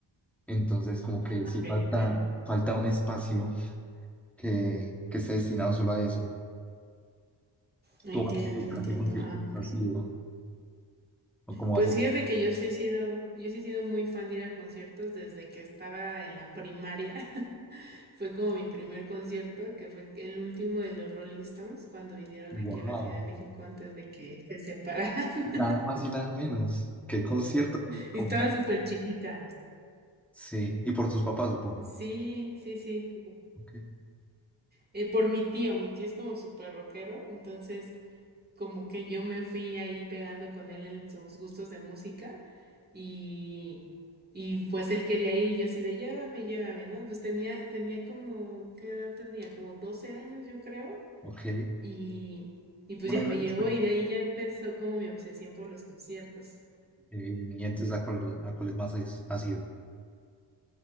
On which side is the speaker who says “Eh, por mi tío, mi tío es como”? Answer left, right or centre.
Right